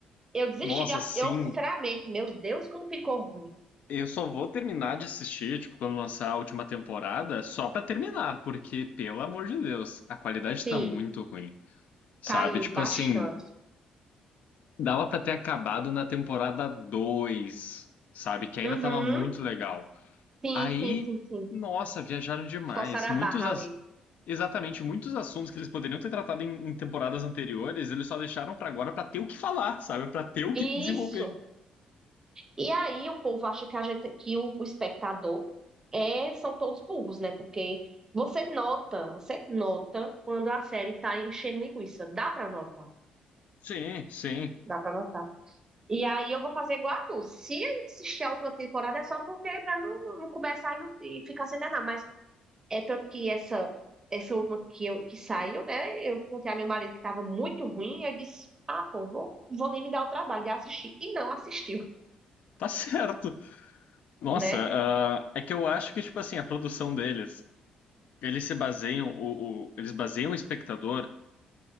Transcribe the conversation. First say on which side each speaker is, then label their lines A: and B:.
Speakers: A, on the right; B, on the left.
A: eu desisti
B: nossa,
A: de. ass-
B: sim.
A: Eu, sinceramente, meu Deus, como ficou ruim.
B: Eu só vou terminar de assistir, tipo, quando lançar a última temporada, só pra terminar, porque, pelo amor de Deus, a qualidade
A: Sim,
B: tá muito ruim, sabe?
A: caiu
B: Tipo
A: bastante.
B: assim, dava pra ter acabado na temporada 2, sabe? Que ainda
A: Uhum.
B: tava muito legal.
A: Sim,
B: Aí,
A: sim, sim, sim.
B: nossa, viajaram demais.
A: Forçaram
B: Muitos,
A: a barra
B: as-
A: ali.
B: exatamente, muitos assuntos que eles poderiam ter tratado em, em temporadas anteriores, eles só deixaram pra agora pra ter o que falar, sabe? Pra ter o
A: Isso.
B: que desenvolver.
A: E aí o povo acha que a gente, que o, o espectador é, são todos burros, né? Porque você nota, você nota quando a série tá enchendo linguiça. Dá pra notar.
B: Sim, sim,
A: Dá pra notar. E aí eu vou fazer igual a tu. Se eu assistir a última temporada é só porque para não, não começar e, não- e ficar sem terminar. Mas é tanto que essa essa última que eu que saiu, né? Eu contei a meu marido que estava muito ruim, e eu disse: "Ah, pô, vou, vou nem me dar o trabalho de assistir". E não assistiu,
B: tá certo.
A: <laughs>
B: Nossa,
A: né?
B: ah, é que eu acho que, tipo assim, a produção deles, eles se baseiam, o, o- eles baseiam o espectador